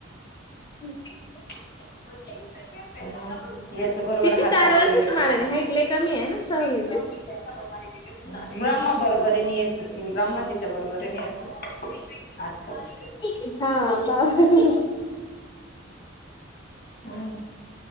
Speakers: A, on the left; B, on the left.
A: <inaudible>
B: <unintelligible> हम्, तेच. बरोबर
A: तिची
B: हा
A: चार
B: जातो,
A: वर्षाची
B: येतो.
A: माराणी
B: <unintelligible>
A: हाईट लय कमी आहे ना श्रावणीची.
B: ब्रह्म बरोबर नि येत. तिथे ब्रह्म तिथ त्याच्या बरोबर नाही येत. <unintelligible> आताच.
A: <inaudible>
B: हम्म.